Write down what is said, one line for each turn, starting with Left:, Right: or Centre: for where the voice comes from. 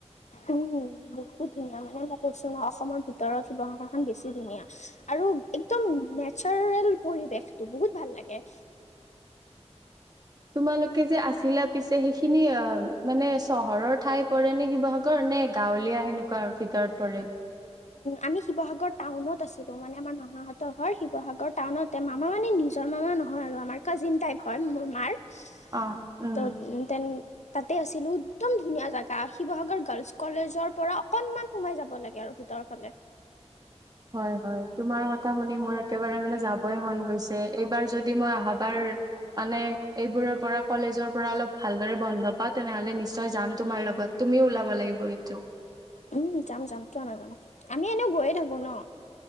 Left: উম বহুত ধুনীয়া মানে মই কৈছো ন অসমৰ ভিতৰত শিৱসাগৰখন বেছি ধুনীয়া আৰু একদম নেচাৰেল পৰিৱেশটো বহুত ভাল লাগে
Right: তোমালোকে যে আছিলা পিছে সেইখিনি মানে চহৰৰ ঠাই পৰে নে শিৱসাগৰ নে গাঁৱলীয়া সেনেকুৱা ভিতৰত পৰে
Left: আমি শিৱসাগৰ টাউনত আছিলোঁ মানে আমাৰ মামাহঁতৰ ঘৰ শিৱসাগৰ টাউনতে মামা মানে নিজৰ মামা নহয় আৰু আমাৰ কাজিন টাইপ হয় মোৰ মাৰ <unintelligible>
Right: অ উম
Left: তাতে আছিলো একদম ধুনীয়া জাগা শিৱসাগৰ গাৰ্লচ কলেজৰ পৰা অকনমান সোমাই যাব লাগে আৰু ভিত ভিতৰফালে
Right: হয় হয় তোমাৰ কথা শুনি মোৰ একেবাৰে মানে যাবই মন গৈছে এইবাৰ যদি মই অহাবাৰ মানে এইবোৰৰ পৰা কলেজৰ পৰা অলপ ভালদৰে বন্ধ পাওঁ তেনেহ'লে নিশ্চয় যাম তোমাৰ লগত তুমিও ওলাব লাগিব কিন্তু।
Left: উম, যাম যাম কিয় নাযাম, আমি এনেও গৈয়ে থাকো ন'।